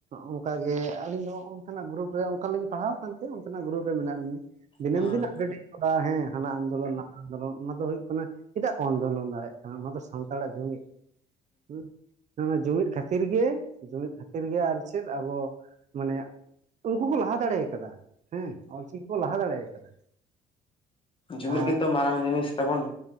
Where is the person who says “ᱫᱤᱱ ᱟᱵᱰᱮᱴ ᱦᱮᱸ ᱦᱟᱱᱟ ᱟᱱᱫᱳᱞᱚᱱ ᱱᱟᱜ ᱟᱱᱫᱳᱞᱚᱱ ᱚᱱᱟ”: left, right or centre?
Right